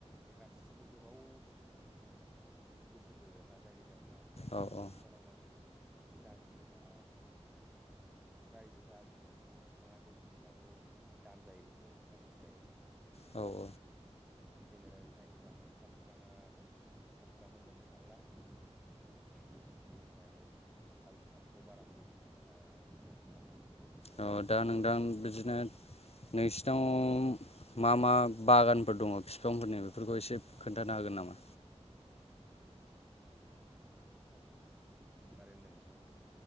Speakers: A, in the centre; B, on the left (about 60°).
A: बे गासिबो गोबाव बोसोर जोरो आरोना जायनि जाउनाव
B: औ औ
A: आथिखालाव
B: औ
A: मानि जा जिनिसा जाय जा जिनिसखौ मोननो थाङा बे जिनिसाथ' दाम जायो बेखौथ' नोंथाङा मिथिखायो
B: औ औ
A: बिदिनो जायनि जाउनाव साल बिफाङा साल बिफांखौ मोननो थांला बेनि थाखायनो साल बिफांखौ बारा नुनो मोननाय जाला आरोखि ना नोंथां ओमफ्राय
B: अ
A: बिदिनो
B: दा नोंथां बिदिनो नोंसिनाव मा मा बागान फोर दङ फिफांफोरनि बेफोरखौ एसे खोन्थानो हागोन नामा
A: मारै होनदों नोंथां